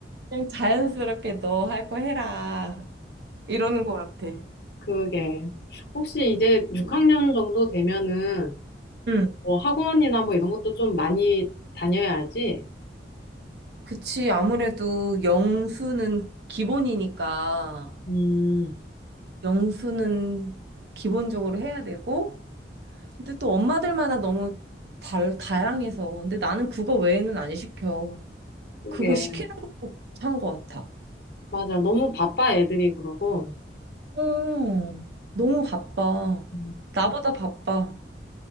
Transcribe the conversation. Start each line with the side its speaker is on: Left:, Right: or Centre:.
Right: 그냥 자연스럽게 너 할 거 해라. 이러는 것 같아.
Left: 그게. 혹시 이제 6학년 정도 되면은
Right: 응,
Left: 뭐 학원이나 뭐 이런 것도 좀 많이 다녀야지.
Right: 그치. 아무래도 영수는 기본이니까
Left: 음,
Right: 영수는 기본적으로 해야 되고, 근데 또 엄마들마다 너무 다, 다양해서. 근데 나는 그거 외에는 안 시켜.
Left: 그게.
Right: 그거 시키는 것도 참 것 같아.
Left: 맞아. 너무 바빠 애들이 그러고.
Right: 어, 너무 바빠.
Left: 음,
Right: 나보다 바빠.